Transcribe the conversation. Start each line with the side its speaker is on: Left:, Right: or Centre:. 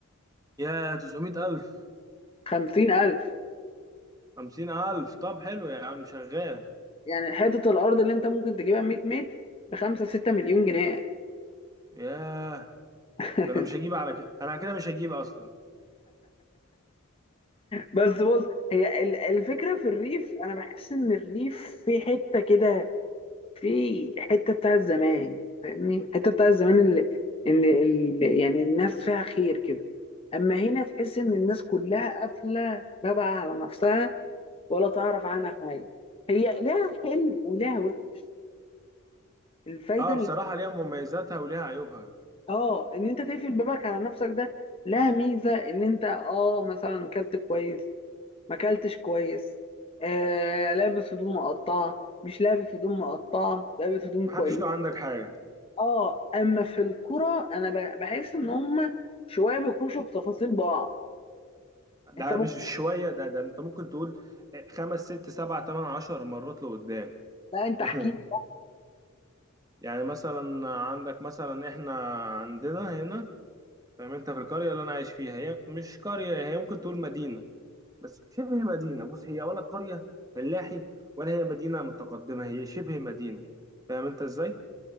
Right: يا 900000
Left: 50000
Right: 50000 طب حلو يا عم شغال
Left: يعني حته الارض اللي انت ممكن تجيبها 100 متر ب 5 6 مليون جنيه
Right: ياه
Left: <laughs>
Right: ده انا مش هجيب على كده انا كده مش هجيب اصلا
Left: بس بص هي ال- الفكرة في الريف أنا بحس إن الريف في حتة كده في حتة بتاع زمان فاهمني الحتة بتاع زمان اللي إن ال- يعني الناس فيها خير كده أما هنا تحس إن الناس كلها قافلة لا بقى على نفسها ولا تعرف عنها حاجة هي لها حلو ولها وحش الفايدة
Right: اه
Left: اللي
Right: بصراحة ليها مميزاتها وليها عيوبها
Left: آه إن أنت تقفل بابك على نفسك ده لها ميزة إن أنت آه مثلا كلت كويس ما اكلتش كويس آه لابس هدوم مقطعه مش لابس هدوم مقطعه لابس هدوم
Right: محدش
Left: كويس
Right: له عندك حاجة
Left: اه اما في الكرة انا ب- بحس ان هم شويه بيخشوا بتفاصيل بعض
Right: ده
Left: انت ممكن
Right: مش شوية ده ده انت ممكن تقول خمس ست سبع تمن عشر مرات لقدام
Left: لا انت احكي
Right: <laughs>
Left: لي
Right: يعني مثلا عندك مثلا احنا عندنا هنا فاهم انت في القريه اللي انا عايش فيها هي مش قريه هي ممكن تقول مدينه بس شبه مدينه بص هي ولا قريه فلاحي ولا هي مدينه متقدمه هي شبه مدينه فاهم انت ازاي